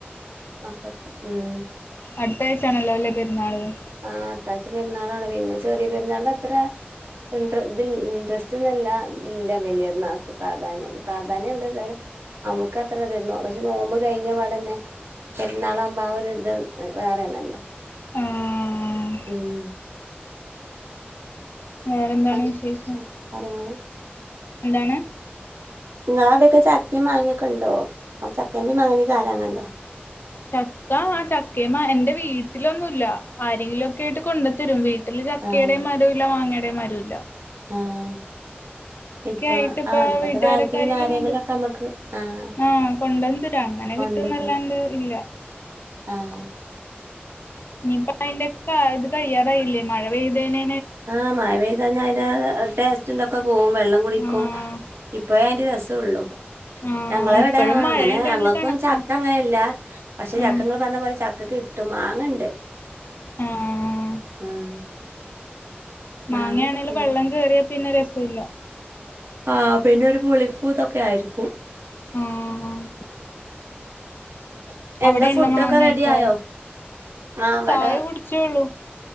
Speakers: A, on the right (about 85°); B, on the left (about 60°).
A: മക്കക്ക് ഉം
B: അടുത്ത ആഴ്ചയാണല്ലോ അല്ലേ പെരുന്നാളും
A: ആഹ് അടുത്താ ആഴ്ച പെരുന്നാളാണ് പിന്നെ ചെറിയ പെരുന്നാളിന്റെ അത്ര ഇ ഇൻട്രസ്റ്റ്ന്നല്ല ഇല്ല വല്യർണ്ണാക്ക് പ്രാധാന്യം പ്രാധാന്യം ഉണ്ട് ഇതരെ നമുക്ക് അത്ര തരുന്നു പക്ഷെ നോമ്പ് കഴിഞ്ഞ പാടന്നെ പെരുന്നാളാവകുമ്പോ ആ ഒരു ഇത് വേറെ ആണല്ലോ
B: ആഹ്
A: ഉം
B: വേറെന്താണ്
A: <unintelligible>
B: വിശേഷം
A: കാര്യങ്ങൾ
B: എന്താണ്.
A: ങ്ങളവടെക്കെ ചക്കിം മാങ്ങിക്കെണ്ടോ പ്പൊ ചക്കന്റെം മാങ്ങന്റെം കാലാണല്ലോ.
B: ചക്കാ.. ചക്കെമ്മാ എന്റെ വീട്ടിലൊന്നുല്ല ആരെങ്കിലെക്കയിട്ട് കൊണ്ടെത്തരും വീ ചക്കെയടെം
A: ആഹ്
B: മരുല്ല മാങ്ങയുടെം മരുല്ല.
A: ആഹ് ഇപ്പ
B: ആയിട്ട് ഇപ്പ
A: ആഹ് പ്പത്തകാലത്ത്,
B: വീട്ടുകാരൊക്കെ
A: പിന്നെ
B: ആരെങ്കിലും
A: ആരെങ്കിലുക്കെ
B: കൊണ്ടരും
A: നമ്മക്ക് ആഹ്.
B: ആഹ്, കൊണ്ടെന്ന് തരും അങ്ങനെ
A: കൊണ്ടരും
B: കിട്ടുന്നെല്ലാണ്ട് ഇല്ല.
A: ആഹ്
B: ഇനിപ്പയിനെരു ക്കായത് കഴിയാറായില്ലേ മഴ പെയ്തെയ്ന്.
A: ആഹ് മഴ പെയ്താ ഞയിന്റെ ആ ടേസ്റ്റ ച്ച് ന്തൊക്കെ പോകും വെള്ളം കുടിക്കും
B: ആഹ്
A: ഇപ്പഴെ അയിന്റെ രസെള്ളു.
B: ആഹ്
A: ഞങ്ങളവടെ..
B: ഇപ്പഴും മഴയുണ്ടെങ്കില്
A: അങ്ങനെ ഞങ്ങൾക്കും
B: കണക്കാ
A: ചക്ക അങ്ങനില്ല പക്ഷെ
B: ഉം
A: ചക്കങ്ങള്പറഞ്ഞ പോലെ ച കിട്ടും, മാങ്ങണ്ട്
B: ആഹ്
A: ആഹ്.
B: മാങ്ങയാണെലും
A: മാങ്ങ ഇതൊക്കെണ്ട്
B: വെള്ളം കേറിയാ, പിന്നെ രസുല്ല.
A: ആഹ് പിന്നെരു പുളിപ്പും തൊക്കെ ആയിരിക്കും.
B: ഉം
A: <inaudible>
B: അവിടെയുണ്ടോ
A: എന്താ ഫുഡെക്കെ
B: മാങ്ങയൊക്കെ
A: റെഡിയാ യോ, ആ വടെ.
B: ചായ കുടിച്ചേള്ളൂ